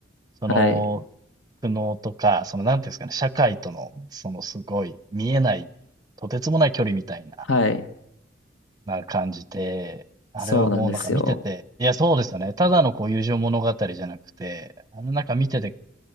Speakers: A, on the right; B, on the left.
A: その
B: はい、
A: 苦悩とか、そのなんていうんですかね、社会との、そのすごい見えない、とてつもない距離みたいな
B: はい。
A: な感じて、あれはもうなんか見てて、
B: そうなんですよ。
A: いや、そうですよね。ただのこう友情物語じゃなくて、あのなんか見てて、